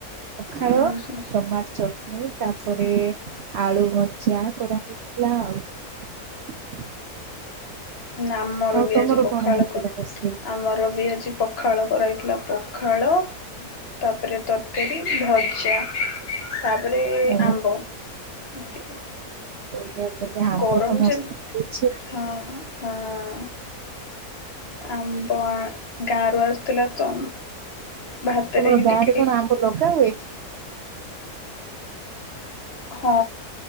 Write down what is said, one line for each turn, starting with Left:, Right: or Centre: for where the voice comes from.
Right: ପଖାଳ
Left: ଉଁ ହୁଁ
Right: ଟମାଟ ଚଟ ତାପରେ ଆଳୁ ଭଜା କରାହେଇଥିଲା ଆଉ।
Left: ଆମର
Right: ଆଉ
Left: ବି
Right: ତମର
Left: ଆଜି ପଖାଳକ
Right: କଣ ହେଇଥିଲା ରୋଷେଇ?
Left: ଆମର ବି ଆଜି ପଖାଳ କରାହେଇଥିଲା ପଖାଳ ତାପରେ ତରକାରୀ ଭଜା। ତାପରେ
Right: ହଁ
Left: ଆମ୍ବ ଏତିକି।
Right: ବଢ଼ିଆ ଭଜା ଆମ୍ବ
Left: ଗରମ
Right: ତ ମସ୍ତ
Left: ଯେ ହଁ
Right: ହେ
Left: ହଁ ଅ, ଅ ଆମ୍ବ ଆ ଗାଁ ରୁ ଆସିଥିଲା ତ। ଭାତରେ
Right: ତମର
Left: ହିଁ
Right: ଗାଁ
Left: ଟିକେ
Right: ରେ କଣ
Left: ଟିକେ
Right: ଆମ୍ବ ଲଗା ହୁଏ କି।
Left: ହଁ।